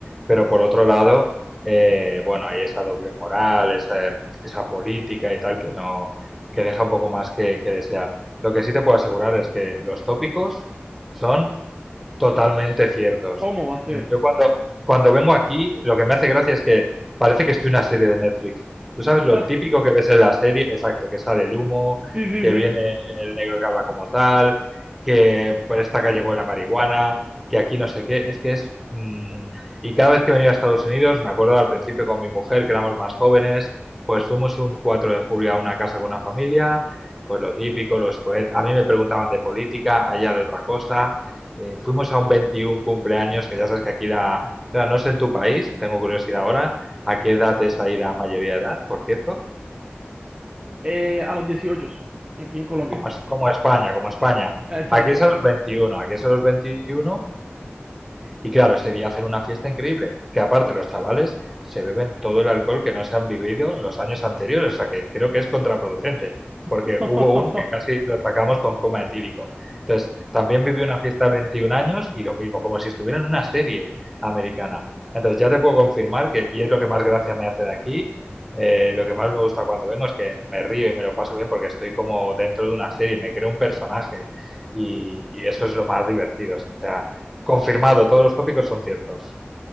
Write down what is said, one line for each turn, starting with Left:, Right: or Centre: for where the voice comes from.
Centre: Pero por otro lado, eh, bueno, hay esa doble moral, esa, esa política y tal que no, que deja un poco más que, que desear. Lo que sí te puedo asegurar es que los tópicos son totalmente ciertos.
Right: ¿cómo va a ser?
Centre: Yo cuando, cuando vengo aquí, lo que me hace gracia es que parece que estoy en una serie de Netflix. Tú sabes
Right: <laughs>
Centre: lo típico que ves en la serie, exacto, que sale el humo,
Right: Sí, sí,
Centre: que
Right: sí.
Centre: viene el negro que habla como tal, que por esta calle huele a marihuana, que aquí no sé qué, es que es... mm, y cada vez que venía a Estados Unidos, me acuerdo al principio con mi mujer, que éramos más jóvenes, pues fuimos un 4 de julio a una casa con una familia, pues lo típico, los cohetes, a mí me preguntaban de política, allá de otra cosa, eh, fuimos a un 21 cumpleaños, que ya sabes que aquí la... claro, no sé en tu país, tengo curiosidad ahora, ¿a qué edad es ahí la mayoría de edad, por cierto?
Right: Eh, a los 18, aquí en Colombia.
Centre: Como, es- como España, como España.
Right: Exacto.
Centre: Aquí es a los 21, aquí es a los 21 Y claro, ese día hacer una fiesta increíble, que aparte los chavales se beben todo el alcohol que no se han vivido los años anteriores, o sea que creo que es contraproducente, porque
Right: <laughs>
Centre: hubo uno que casi lo sacamos con coma etílico. Entonces, también viví una fiesta de 21 años y lo mismo, como si estuviera en una serie americana. Entonces, ya te puedo confirmar que, y es lo que más gracia me hace de aquí, eh, lo que más me gusta cuando vengo es que me río y me lo paso bien porque estoy como dentro de una serie, me creo un personaje y, y eso es lo más divertido. O sea, Confirmado, todos los tópicos son ciertos.